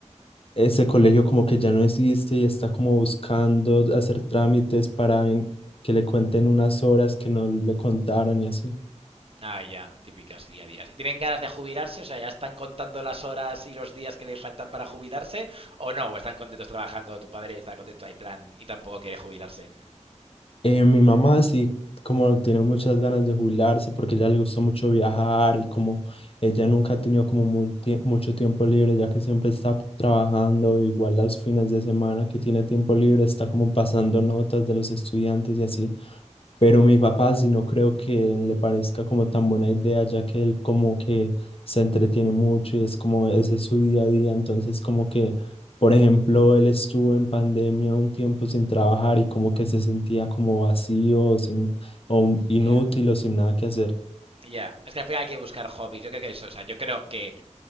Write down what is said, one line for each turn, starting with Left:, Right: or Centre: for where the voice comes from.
Left: ese colegio como que ya no existe y está como buscando hacer trámites para en- que le cuenten unas horas que no le contaron y así.
Right: Ah, ya, típicas día a día. ¿Y tienen ganas de jubilarse? O sea, ¿ya están contando las horas y los días que le faltan para jubilarse? ¿O no? ¿O están contentos trabajando? ¿Tu padre está contento? Hay plan y tampoco quiere jubilarse.
Left: Eh, mi mamá sí, como tiene muchas ganas de jubilarse porque a ella le gusta mucho viajar y como ella nunca ha tenido como muy tie- mucho tiempo libre, ya que siempre está trabajando, igual los fines de semana que tiene tiempo libre, está como pasando notas de los estudiantes y así. Pero mi papá sí no creo que le parezca como tan buena idea, ya que él como que se entretiene mucho y es como ese es su día a día. Entonces como que, por ejemplo, él estuvo en pandemia un tiempo sin trabajar y como que se sentía como vacío, sin, o inútil
Right: Ya.
Left: o sin nada que hacer.
Right: Ya, es que al final hay que buscar hobbies. Yo creo que eso, o sea, yo creo que